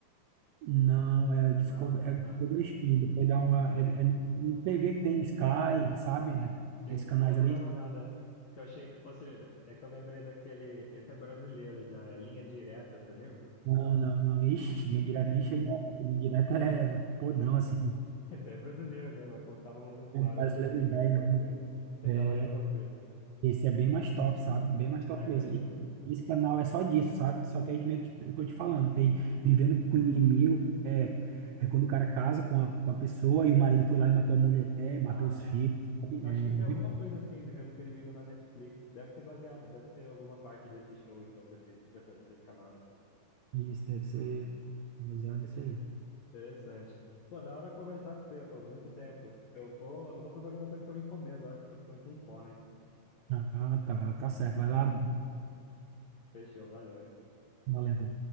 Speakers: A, on the right (about 85°); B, on the left (about 75°).
A: Não, é o Discovery,
B: Não?
A: é o Discovery
B: Ah,
A: Channel. Depois dá uma.
B: ah,
A: É, é, um TV que tem Sky, sabe? Aqueles
B: sim.
A: canais
B: Eu vou
A: ali.
B: dar uma olhada. Que eu achei que fosse. É que eu lembrei daquele. Esse é brasileiro já, é Linha Direta, você lembra?
A: Não, não, não. Ixi, linha direta nem chega. Linha direta é podão, assim.
B: <laughs> Esse é brasileiro mesmo, eu contava umas histórias
A: Brasileiro
B: de uns crimes
A: velho,
B: que aconteceu.
A: né?
B: Tentava
A: É,
B: resolver.
A: Esse é bem mais top, sabe? Bem mais top
B: Ah, imagina.
A: mesmo. E esse canal é só disso, sabe? Só que aí que nem eu te- eu tô te falando, tem Vivendo com o Inimigo, é, é quando o cara casa com a, com a pessoa e o marido foi lá e matou a mulher, matou
B: Ah,
A: os filhos, sabe?
B: eu
A: É
B: acho que tem
A: muito.
B: alguma coisa assim, Vivendo com o Inimigo na Netflix. Deve ser baseado, deve ser alguma parte desse show, então, desse, dessa, desse canal, então.
A: Isso deve ser
B: É.
A: baseado nisso
B: <laughs>
A: aí.
B: Interessante. Pô, da hora conversar com você, pô, muito tempo. Eu vou, eu vou fazer alguma coisa pra mim comer agora, que eu tô ficando com fome.
A: Ah, tá, tá certo. Vai lá,
B: Fechou, valeu. hein?
A: valeu.